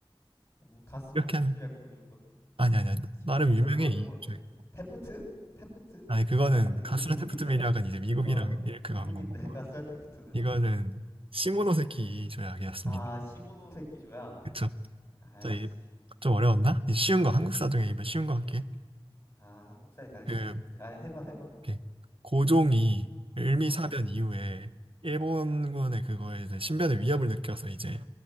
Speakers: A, on the left; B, on the right.
A: 그럼 뭐 가스보스키
B: 이렇게 하면
A: 조약 뭐 이런 거,
B: 아니 아니 아니.
A: 시-
B: 나름
A: 뭐,
B: 유명해
A: 뭐,
B: 이
A: 뭐,
B: 책.
A: 테프트? 테프트?
B: 아니 그거는
A: 아닌데
B: 가스라
A: 그 미국인데?
B: 테프트 밀약은 이제 미국이랑
A: 어
B: 이렇게
A: 미국인데
B: 간 거고.
A: <laughs> 가스알 테프트는?
B: 이거는 시모노세키 이 조약이었습니다.
A: 아 시모노세키조야.
B: 그쵸?
A: 아이씨.
B: 자, 이- 좀 어려웠나? 이제 쉬운 거 한국 사전이면 쉬운 거 할게.
A: 아 한국사에 관심이
B: 그
A: 없는데. 아 해봐 해봐.
B: 이렇게 고종이 을미사변
A: 어.
B: 이후에 일본군의
A: 음.
B: 그거에 이제 신변의 위협을 느껴서 이제